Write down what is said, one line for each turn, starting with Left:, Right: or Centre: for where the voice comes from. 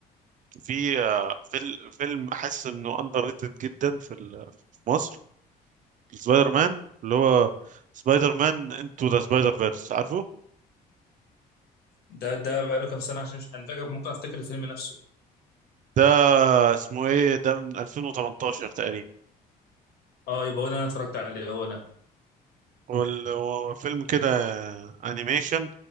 Right: في آه، فيل- فيلم حاسس انه اندر ريتد جدا في ال- في مصر سبايدر مان اللي هو سبايدر مان انتو ذا سبايدر فيرس عارفه
Left: ده ده بقاله كام سنه عشان مش انا فاكر ممكن افتكر الفيلم نفسه
Right: ده اسمه ايه ده من 2018 تقريبا
Left: اه يبقى هو ده انا اتفرجت عليه هو ده
Right: هو ال- هو فيلم كده انيميشن